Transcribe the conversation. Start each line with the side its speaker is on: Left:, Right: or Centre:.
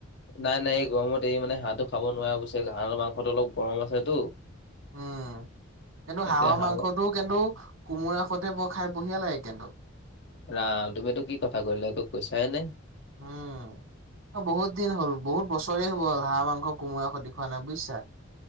Left: নাই, নাই এই গৰমত এই মানে হাঁহটো খাব নোৱাৰে অৱশ্যে হাঁহৰ মাংসটো অলপ গৰম আছেতো।
Right: উম, কিন্তু
Left: এতিয়া
Right: হাঁহৰ
Left: হাঁহ
Right: মাংসটো কিন্তু কোমোৰা সৈতে বৰ খাই বঢ়িয়া লাগে কিন্তু।
Left: ৰাম তুমি এইটো কি কথা কৈ দিলা, এইটো সঁচাই নে?
Right: উম। অ', বহুত দিন হ'ল, বহুত বছৰেই হ'ল হাঁহ মাংস কোমোৰা সতি খোৱা নাই বুইছা?